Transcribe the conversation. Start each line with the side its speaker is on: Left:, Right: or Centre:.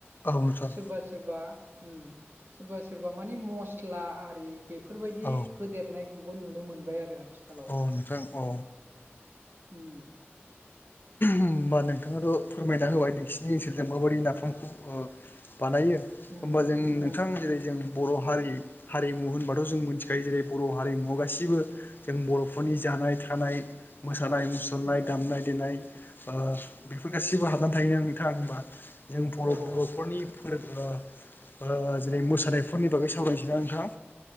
Left: नोंथां
Right: सोरबा सोरबा उमसोरबा सोरबा मानि मस्ला आरि बेफोरबायदि
Left: औ
Right: होदेरनायखौबो नुनो मोनबाय आरो। आथिखालावहाय
Left: औ नोंथां औ
Right: उम
Left: होमबा नोंथाङाथ' फोरमायना होबाय नोंसिनि ओनसोलजों माबायदि नाफामखौ ओ बानायो
Right: उम
Left: होमबा जों नोंथां
Right: उम
Left: जेरै जों बर' हारि हारिमु होनबाथ' जों मोनथिखायो जेरै बर' हारिमुवआव गासिबो जों बर'फोरनि
Right: उम
Left: जानाय थानाय मोसानाय मुसुरनाय
Right: उम
Left: दामनाय देनाय ओ बेफोर गासिबो हाबनानै थायो ना नोंथां होनबा जों बर'
Right: औ
Left: बर'फोरनि फोरबो ओ ओ जेरै मोसानायफोरनि बागै सावरायनोसै ना नोंथां